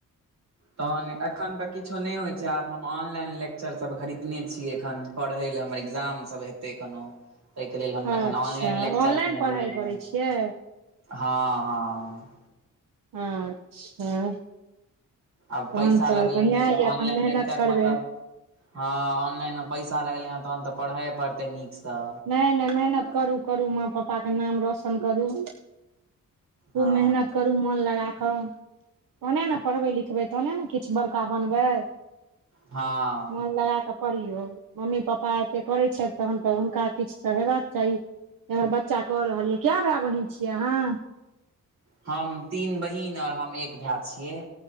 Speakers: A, on the right; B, on the right.
A: तहन एखन तऽ किछो नहि होइ छै, आब हम ऑनलाइन लेक्चर सभ खरीदने छी एखन पढ़ै लए हमर इग्जाम सभ हेतै कोनो। ताहिके लेलऽ हम
B: अच्छा
A: एखन ऑनलाइन लेक्चर
B: ऑनलाइन
A: कीनलियन
B: पढ़ाइ
A: हँ,
B: करै छियै
A: हँ, हँ।
B: अच्छा।
A: आब
B: तहन
A: पैसा
B: तऽ
A: लगलै
B: बढ़िआ
A: हेँ तऽ
B: यए
A: ऑनलाइन
B: अपन मेहनत
A: लेक्चरमे
B: करबै।
A: तऽ हँ, ऑनलाइन मे पैसा लगलै हँ तहन तऽ पढ़े पड़ते नीक सँ।
B: नहि नहि मेहनत करू करू माँ पप्पा के नाम रौशन करू। खूब
A: हँ
B: मेहनत करू मोन लगा कऽ। तहने ने पढ़बै लिखबै तहने किछु बड़का बनबै।
A: हँ।
B: मोन लगा कऽ पढ़ियौ मम्मी पापा एते करे छथि तहन तऽ हुनका। किछ तऽ हयबाक चाही जे हमर बच्चा कऽ रहल यऽ कए भाय बहिन छियै अहाँ
A: हम तीन बहिन आओर हम एक भाय छियै